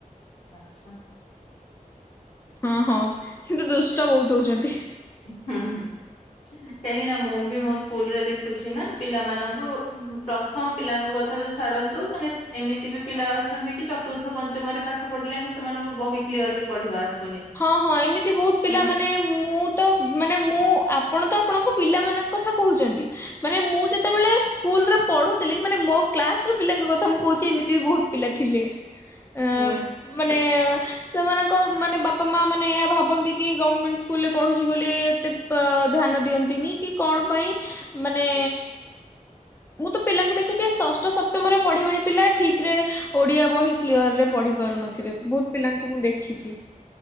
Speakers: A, on the left (about 50°); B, on the left (about 15°).
A: ଆଚ୍ଛା।
B: ହଁ ହଁ କିନ୍ତୁ ଦୁଷ୍ଟ ବହୁତ ହଉଛନ୍ତି।
A: ହୁଁ। କାହିଁକି ନା ମୁଁ ବି ମୋ ସ୍କୁଲରେ ଦେଖୁଛି ନା ପିଲାମାନଙ୍କୁ ପ୍ର ଥମ ପିଲାଙ୍କ କଥା ତ ଛାଡନ୍ତୁ ମାନେ ଏମିତି ବି ପିଲା ଅଛନ୍ତି କି ଚତୁର୍ଥ ପଞ୍ଚମରେ ପାଠ ପାଠ ପଢିଲାଣି ସେମାନଙ୍କୁ ବହି କ୍ଲିୟରଲି ପଢିବା ଆସୁନି।
B: ହଁ ହଁ ଏମିତି ବହୁତ
A: ସେମା
B: ପିଲା ମାନେ। ମୁଁ ତ ମାନେ ମୁଁ ଆପଣ ତ ଆପଣଙ୍କ ପିଲାମାନଙ୍କ କଥା କହୁଛନ୍ତି। ମାନେ ମୁଁ ଯେତେବେଳେ ସ୍କୁଲରେ ପଢୁଥିଲି ମାନେ ମୋ କ୍ଲାସର ପିଲାଙ୍କ କଥା ମୁଁ କହୁଛି ଏମିତି ବି ବହୁତ ପିଲା ଥିଲେ। ଅ
A: ହୁଁ।
B: ମାନେ ସେମାନଙ୍କ ମାନେ ବା ବାପା ମା ମାନେ ଏୟା ଭାବନ୍ତି କି ଗମେଣ୍ଟ୍ ସ୍କୁଲରେ ପଢୁଛି ବୋଲି ଏତେ ଧ୍ୟାନ ଦିଅନ୍ତିନି କି। କଣ ପାଇଁ ମାନେ। ମୁଁ ତ ପିଲାଙ୍କୁ ଦେଖିଛି ଷଷ୍ଠ ସପ୍ତମରେ ପଢିବିଣି ପିଲା ଠିକରେ ଓଡିଆ ବହି। କ୍ଲିୟରରେ ପଢି ପାରୁନଥିବେ ବହୁତ ପିଲାଙ୍କୁ ମୁଁ ଦେଖିଛି।